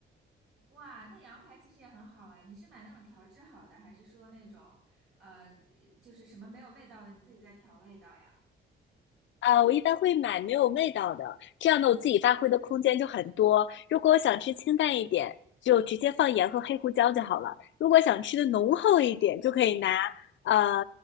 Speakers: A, on the right (about 75°); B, on the left (about 70°).
A: 哇，那羊排其实也很好哎。你是买那种调制好的，还是说那种呃，就是什么没有味道的，你自己再调味道呀？
B: 啊，我一般会买没有味道的，这样呢，我自己发挥的空间就很多。
A: 嗯
B: 如果我想吃清淡一点，就直接放盐和黑胡椒就好了；如果想吃的浓厚一点，
A: 嗯。
B: 就可以拿呃